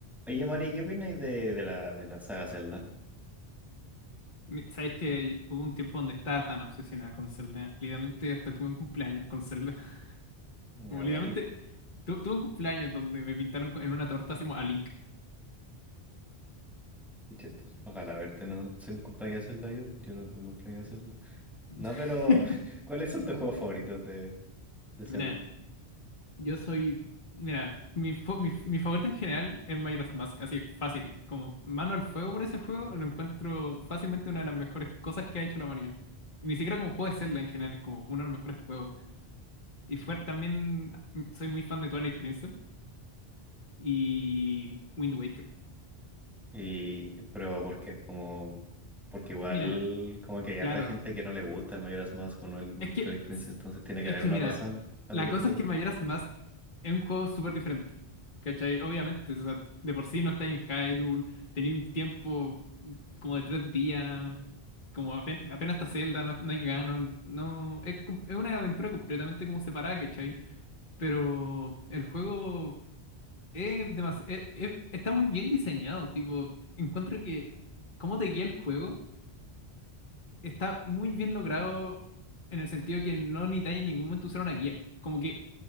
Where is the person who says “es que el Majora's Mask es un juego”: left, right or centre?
Left